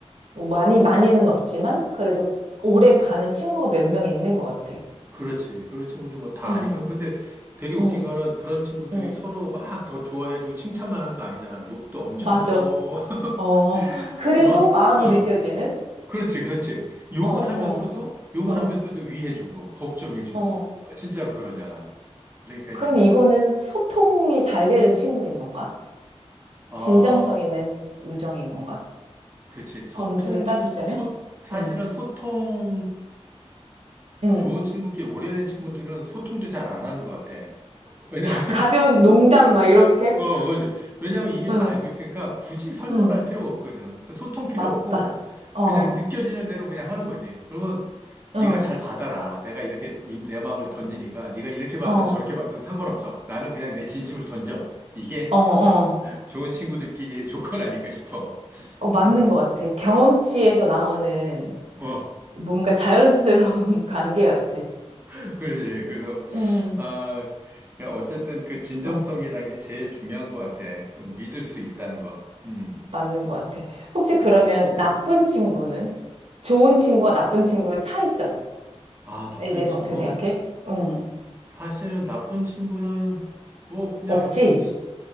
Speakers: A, on the right; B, on the right.
A: 뭐 많이, 많이는 없지만 그래도 오래 가는 친구가 몇 명 있는 것 같아.
B: 그렇지. 그런 친구들 뭐 다
A: 음,
B: 아니까. 근데 되게 웃긴
A: 음,
B: 거는 그런 친구들이
A: 음.
B: 서로 막 더 좋아해주고 칭찬만 하는 거 아니잖아. 욕도 엄청
A: 맞아.
B: 하고, <laughs>
A: 어. 그래도
B: 막,
A: 마음이
B: 어.
A: 느껴지는?
B: 그렇지, 그렇지. 욕은
A: 어, 어,
B: 하면서도, 욕은
A: 어,
B: 하면서도 위해주고, 걱정해주고.
A: 어.
B: 어, 진짜로 그러잖아. 그러니까
A: 그럼
B: 이제 막,
A: 이거는 소통이 잘 되는 친구인 건가?
B: 아,
A: 진정성 있는 우정인 건가?
B: 그렇지. 소통도,
A: 범주를 따지자면?
B: 소, 소- 사실은
A: 응,
B: 소통은
A: 응.
B: 좋은 친구끼리, 오래된 친구들은 소통도 잘 안 하는 것 같아. 왜냐면
A: 가벼운 농담, 막 이렇게?
B: 어, 맞아. 왜냐면 이미
A: 응,
B: 다 알고 있으니까 굳이 설명을
A: 응.
B: 할 필요가 없거든. 그러니까 소통 필요
A: 맞다.
B: 없고
A: 어,
B: 그냥 느껴지는 대로 그냥 하는 거지. 그러면
A: 응,
B: 네가 잘 받아라. 내가 이렇게 이- 내 마음을 던지니까 네가 이렇게 받든
A: 어, 어,
B: 저렇게 받든 상관없어. 나는 그냥 내 진심을 던져. 이게
A: 어.
B: <laughs> 좋은 친구들끼리의 조건 아닐까 싶어.
A: 어, 맞는
B: 음,
A: 것 같아. 경험치에서 나오는
B: 어,
A: 뭔가 자연스러운 <laughs> 관계 같아.
B: <laughs> 그러지. 그래서
A: 응,
B: 아, 그 어쨌든 그 진정성이라는
A: 응.
B: 게 제일 중요한 것 같아. 그 믿을 수 있다는 거. 음,
A: 맞는 것 같아. 혹시 그러면
B: 음.
A: 나쁜 친구는? 좋은 친구와 나쁜 친구의 차이점에
B: 아, 나쁜
A: 대해서
B: 친구.
A: 어떻게 생각해? 응.
B: 사실은 나쁜 친구는 뭐 그냥
A: 없지?
B: 치-